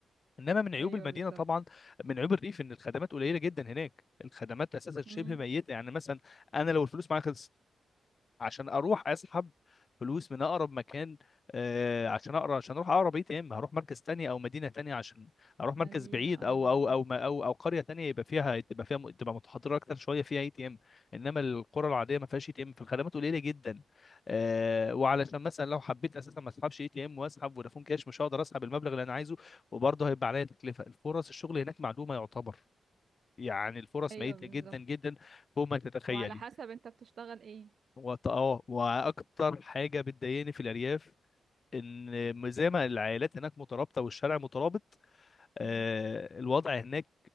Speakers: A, on the left; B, on the right.
A: انما من عيوب
B: ايوه
A: المدينه
B: بالظبط
A: طبعا من عيوب الريف ان الخدمات قليله جدا هناك الخدمات اساسا شبه
B: مم.
A: ميته يعني مثلا انا لو الفلوس معايا خلصت عشان اروح اسحب فلوس من اقرب مكان آه، عشان اقرا عشان اروح اقرب اي تي ام هروح مركز تاني او مدينه تانية عشان اروح
B: مدينة
A: مركز بعيد
B: اه
A: او
B: بالظبط
A: او او ما- او او قريه تانية يبقى فيها تبقى فيها تبقى متحضره اكتر شويه فيها اي تي ام انما القرى العاديه ما فيهاش اي تي ام فالخدمات قليله جدا آه، وعلشان مثلا لو حبيت اساسا ما اسحبش اي تي ام واسحب فودافون كاش مش هقدر اسحب المبلغ اللي انا عايزه وبرضه هيبقى عليا تكلفه الفرص الشغل هناك معدومه يعتبر يعني الفرص
B: ايوه
A: ميتة
B: بالظبط
A: جدا جدا فوق ما تتخيلي
B: وعلى حسب انت بتشتغل ايه
A: وط- اه واكتر حاجه بتضايقني في الارياف ان م- زي ما العائلات هناك مترابطه والشارع مترابط آه،
B: مم.
A: الوضع هناك